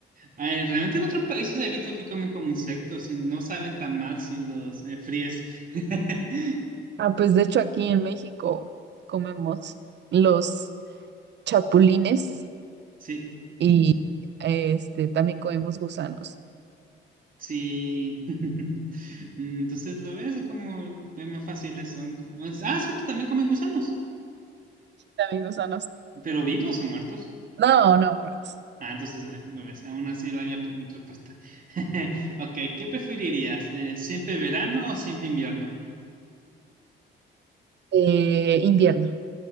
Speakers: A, on the right; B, on the right.
A: Ay, realmente en otros países he visto que comen como insectos y no saben tan mal si los eh, fríes. <laughs>
B: Ah, pues de hecho aquí en México comemos los chapulines
A: Sí,
B: y este también comemos gusanos.
A: sí. <laughs> Mm, Entonces lo ves como es más fácil eso. Como- es- Ah, cierto, también comen gusanos,
B: También gusanos.
A: pero vivos o muertos.
B: No, no, muertos.
A: Ah, entonces, eh, no ves, aún así la mía pre- respuesta. <laughs> Ok, ¿qué preferirías? Eh, ¿siempre verano o siempre invierno?
B: Eh, invierno.